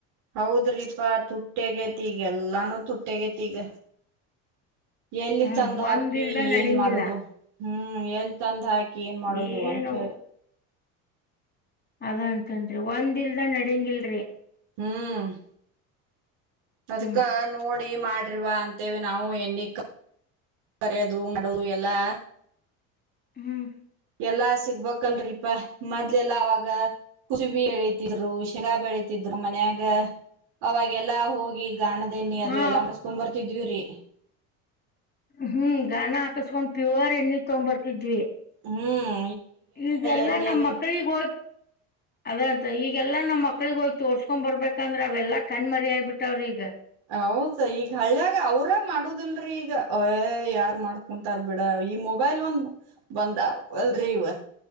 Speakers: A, on the right (about 65°); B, on the left (about 25°).
A: ಹೌದ್ರಿಪಾ ತುಟ್ಟಿ ಆಗೆತಿ ಈಗ ಎಲ್ಲಾನು ತುಟ್ಟಿ ಆಗೆತಿ ಈಗ. ಎಲ್ಲಿ
B: ಹ್ಮ್
A: ತಂದ ಹಾಕಿ
B: ಒಂದಿಲ್ದ ನಡಿಂಗಿಲ್ಲ
A: ಏನ್ ಮಾಡುದು ಹ್ಮ್ ಎಲ್ಲಿ ತಂದ ಹಾಕ್ ಕಿ ಏನ್ ಮಾಡೋದು
B: ಏನು
A: ಅಂತ ಹೇಳಿ.
B: ಅದ ಅನಕಂತೇವ ಒಂದ್ ಇಲ್ದ ನಡಂಗಿಲ್ರಿ.
A: ಹ್ಮ್. ಅದ್ಕ್ಕ
B: ಹ್ಮ್
A: ನೋಡಿ ಮಾಡ ರಿವಾ ಅಂತೇವೆ ನಾವು ಎನ್ನಿ ಕರೆಯೋದು ಮಾಡೊದು ಎಲ್ಲಾ.
B: ಹ್ಮ್.
A: ಎಲ್ಲಾ ಸಿಗ್ಬೇಕಲ್ರರಿಪ್ಪಾ ಮೊದಲ ಎಲ್ಲಾ ಅವಾಗ ಕುಸುಬಿ ಏಳಿತಿದ್ರು. ಶಂಗ ಬೆಳೀತಿದ್ರು ಮನ್ಯಾಗ ಅವಾಗೆಲ್ಲಾ ಹೋಗಿ. ಗಾಣದ ಎಣ್ಣಿ ಅದು
B: ಹಾ
A: ಎಲ್ಲಾ ಮಾಡ್ಕೊಂಡ ಬರ್ತಿದ್ವಿ್ರೀ.
B: ಹ್ಮ್ ಗಾಣ ಹಾಕಸ್ಕೊಂಡ್ ಪ್ಯೂರ್ ಎಣ್ಣಿ ತಗೊ್ ಬರ್ತಿದ್ವಿ.
A: ಹ್ಮ್
B: ಈಗೆಲ್ಲಾ
A: ಎಲ್ಲಿರಿ
B: ನಮ ಮಕ್ಕಳಿಗಿ ಹೋಗಿ ಅದೇ ಅಂತ ಈಗಲ್ಲ ನಮ್ಮ ಮಕ್ಳಗ್ ಹೋಗಿ ತೋರ್ಸ್ಕೊಂಡ್ ಬರ್ಬೇಕಂದ್ರೆ ಅವೆಲ್ಲಾ ಕಣ್ಮರಿ ಆಗಿ ಬಿಟ್ಟವ ರಿ ಈಗ.
A: ಹೌದ ಈಗ ಹಳ್ಳ್ಯಾಗ ಅವ್ರ ಮಾಡುದಲ್ರೀ ಈಗ ವ್ಯ ಯಾರ್ ಮಾಡ್ಕೊಂತಾರ್ ಬಿಡ. ಈ ಮೊಬೈಲ್ ಒಂದ ಬಂದ ಅಗ ವಾಲ ರಿ ಇವ.